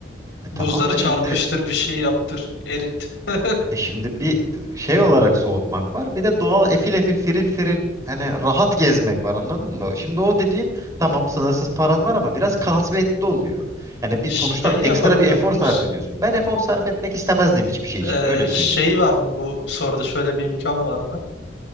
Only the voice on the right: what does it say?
E tamam
da
şimdi
E şimdi bir şey olarak soğutmak var. Bir de doğal efil efil firil firil hani rahat gezmek var anladın mı? Şimdi o dediğin tamam sınırsız paran var ama biraz kasvetli oluyor. Hani bir
sonuçta
ekstra bir efor
sarf ediyorsun. Ben efor sarf etmek istemezdim hiçbir şey için
öyle söyleyeyim.